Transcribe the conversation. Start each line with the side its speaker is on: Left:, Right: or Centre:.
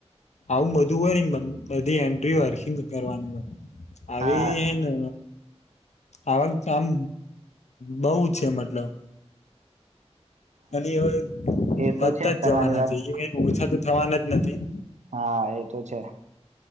Left: આવું બધું હોય ને બધી એન્ટ્રી હોય હર્ખિંગ કરવાની હોય. આવી
Right: હા
Left: હે ને આવા આમ બઉુ છે મતલબ અને એ
Right: એ
Left: વધતા
Right: તો છે
Left: જ
Right: તમારી
Left: જવાના
Right: વાત
Left: છે એ ઓછા તો થવાના જ નથી
Right: હા એ તો છે.